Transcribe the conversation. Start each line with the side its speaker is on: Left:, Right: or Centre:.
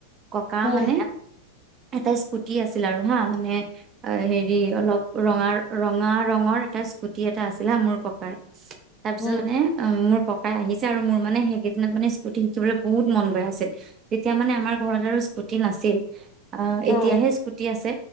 Right: ককা
Left: উম
Right: মানে এটা স্কুটি আছিল আৰু হা, মানে হেৰি অলপ ৰঙা ৰঙা ৰঙৰ এটা স্কুটি এটা আছিলে মোৰ ককাৰ, তাৰ পিছত
Left: উম
Right: মানে অ মোৰ ক কা আহিছে আৰু মোৰ মানে সেইকেইদিনত মানে স্কুটি শিকিবলৈ বহুত মন গৈ আছিল। তেতিয়া মানে আমাৰ ঘৰত আৰু স্কুটি নাছিল। অ এতিয়াহে
Left: উম
Right: স্কুটি আছে,